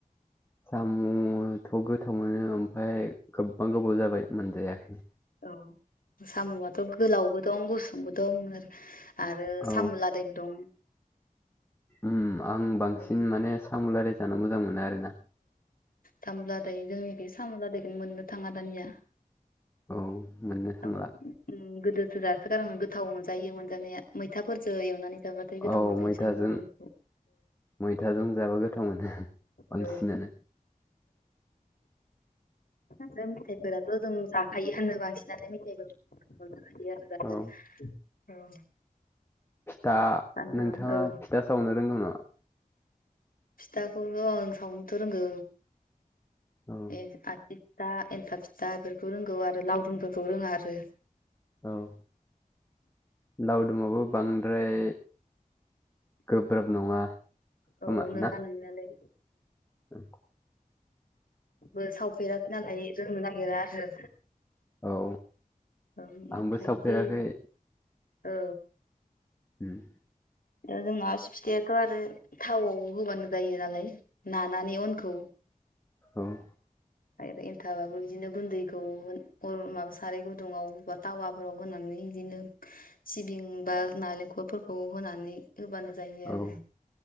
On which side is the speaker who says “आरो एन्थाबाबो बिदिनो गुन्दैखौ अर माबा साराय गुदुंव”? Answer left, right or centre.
Left